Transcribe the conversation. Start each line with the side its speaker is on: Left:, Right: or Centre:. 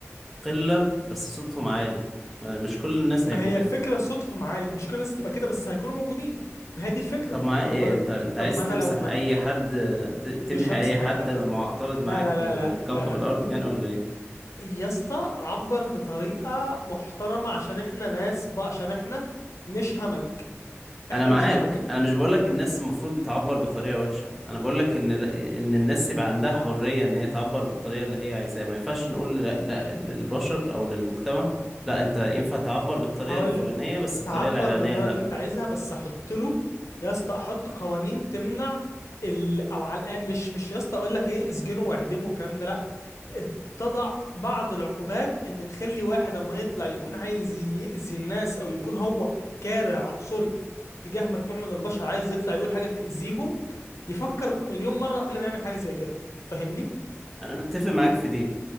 Centre: قلة بس صوتهم عالي ما- مش كل الناس
Left: ما
Centre: هيبقوا
Left: هي
Centre: كده
Left: فكره صوتهم عالي مش كل الناس تبقى كده بس هيكونوا موجودين ما هي دي الفكره
Centre: طب معاه ايه
Left: ما...
Centre: انت انت
Left: طب
Centre: عايز
Left: ما انا
Centre: تمسح
Left: لو ما...
Centre: اي حد ت... تمحي
Left: مش همسح
Centre: اي حد
Left: اي حد
Centre: معترض معاك
Left: لا لا لا
Centre: من
Left: لا
Centre: كوكب
Left: لا لا
Centre: الارض يعني ولا ايه
Left: يا اسطى عبر بطريقه محترمه عشان احنا ناس بقى عشان احنا مش همج احنا
Centre: انا معاك
Left: مش همج احنا
Centre: انا مش بقولك الناس المفروض تعبر بطريقه وحشه انا بقولك ان ان الناس يبقى عندها حريه ان هي تعبر بالطريقه اللي هي عايزاها ما ينفعش نقول لا, لا للبشر او للمجتمع لا انت ينفع تعبر بالطريقه
Left: هقول
Centre: الفلانيه
Left: لك
Centre: بس الطريقه
Left: تعبر
Centre: العلانيه
Left: بالطريقه
Centre: لا
Left: اللي انت عايزها بس احط له يا اسطى احط قوانين تمنع ال... او على الأقل مش مش يا اسطى اقول لك ايه اسجنه واعدمه والكلام ده لا تضع بعض العقوبات ان تخلي واحد اما يطلع يكون عايز يأذي الناس او يكون هو كاره عنصري تجاه مجموعه من البشر عايز يطلع يقول حاجه تأذيهم يفكر مليون مره قبل ما يعمل حاجه زي كده فاهمني
Centre: انا متفق معاك في دي